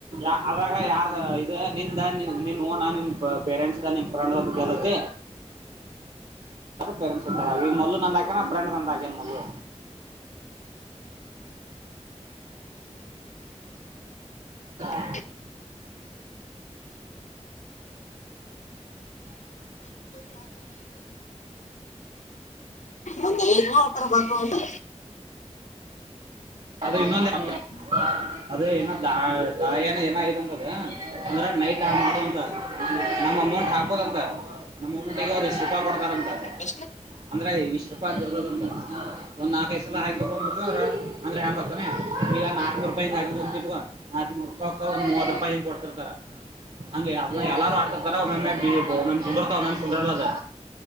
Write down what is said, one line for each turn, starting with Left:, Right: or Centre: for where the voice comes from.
Right: ಆಯತಾ ಆಗ ಯಾರ್ದು ಇದು ನಿಂದ ನಿ ನೀನು ಓನ ನಿನ್ನ ಪೇರೆಂಟ್ಸ್ದ ನಿಮ್ಮ ಫ್ರೆಂಡ್ದ ಅಂತ ಕೇಳ್ತತಿ ಪೇರೆಂಟ್ಸ್ ಮೊದಲು ನಂದ ಹಾಕ ಫ್ರಂಡ್ ನಂದ ಹಾಕನ್ ಮೊದಲು
Left: <inaudible> <unintelligible>
Right: <unintelligible>
Left: ಒಂದು ಏನೂ ಆಥರ ತೋರ್ಸವಲ್ತು
Right: ಅದೇ ಇನ್ನೊಂದು ಆದ್ನೊ ಅದೇ ಇನ್ನೊಂದು ದಾಯಾನ ಏನ ಇ ಅಂದದ ಅಂದ್ರೆ ನೈಟ್ ಹಾ ಮಾಡದು ಅಂತ ನಮ್ಮ ಅಮೌಂಟ್ ಹಾಕೋದಂತ. ನಮ್ಮಊಟ್ಟಿಗೆ ಅವರು ಇಷ್ಟ ರೂಪಾಯ ಕೊಡ್ತಾರಂತ.
Left: ಎಷ್ಟ?
Right: ಅಂದ್ರೆ ಇಷ್ಟ ರೂಪಾಯಿ ಇರ್ತಾದಂತ ಒಂದ್ ನಾಲ್ಕೈ ಸಲ ಹಾಕೊಂಡಬಡ್ತಂದ್ರ. ಅಂದರೆ ಹೆಂಗೊತ್ತನು ಈಗ ನಲ್ಕೂರುೂಪಾಯಿ ಹಕಿದುಂತಿಟಗೋ ನಾಲ್ಕನೂರು ರಪಾಯಿ. ಮೂವತ್ತು ರೂಪಾಯಿ ಇ ಕೊಡ್ತಿರ್ತಾರ ಹಂಗೆ. ಎಲ್ಲಾರು ಆಡ್ತರ್ತಾರ ಒಮ್ಮೊಮ್ಮೆ ಕುಂದುರತಾವ ಒಮ್ಮೊಮ್ಮೆ ಕುಂದ್ರಲ್ಲ ಅದು.